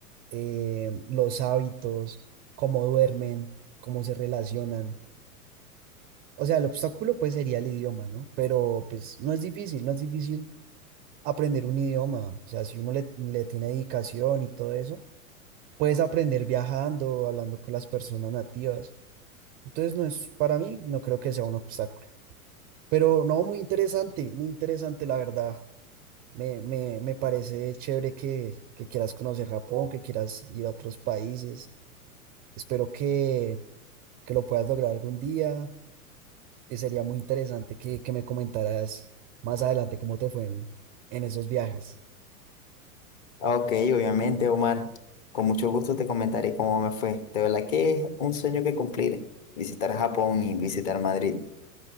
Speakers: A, on the right; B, on the left.
A: eh, los hábitos, cómo duermen, cómo se relacionan. O sea, el obstáculo pues sería el idioma, ¿no? Pero pues no es difícil, no es difícil aprender un idioma. O sea, si uno le, le tiene dedicación y todo eso, puedes aprender viajando, hablando con las personas nativas. Entonces, no es, para mí, no creo que sea un obstáculo. Pero no, muy interesante, muy interesante, la verdad. Me, me, me parece chévere que, que quieras conocer Japón, que quieras ir a otros países. Espero que, que lo puedas lograr algún día. Y sería muy interesante que, que me comentaras más adelante cómo te fue en, en esos viajes.
B: Ah, Ok, obviamente, Omar, con mucho gusto te comentaré cómo me fue. De verdad que es un sueño que cumplir, visitar Japón y visitar Madrid.